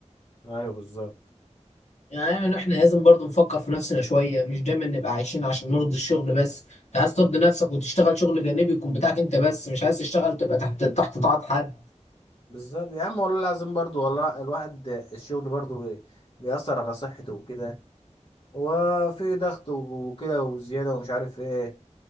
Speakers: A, on the left; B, on the left.
A: ايوه بالظبط
B: يعني احنا إحنا لازم برضو نفكر في نفسنا شويه مش دايما نبقى عايشين عشان نرضي الشغل بس انت عايز ترضي نفسك وتشتغل شغل جانبي يكون بتاعك انت بس مش عايز تشتغل تبقى تحت تحت طاعه حد
A: بالظبط يا عم والله العظيم برضو والله لا، الواحد الشغل برضو بي- بيأثر على صحته وكده وفي ضغط وكده وزيادة ومش عارف ايه